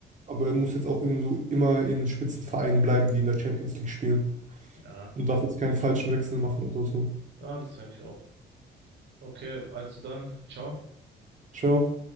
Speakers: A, on the right (about 40°); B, on the right (about 65°).
A: aber er muss jetzt auch in so immer in Spitzenvereinen bleiben, die in der Champions League spielen.
B: ja.
A: Und darf jetzt keinen falschen Wechsel machen oder so.
B: Ah, das denke ich auch. Okay, also dann, ciao.
A: Ciao.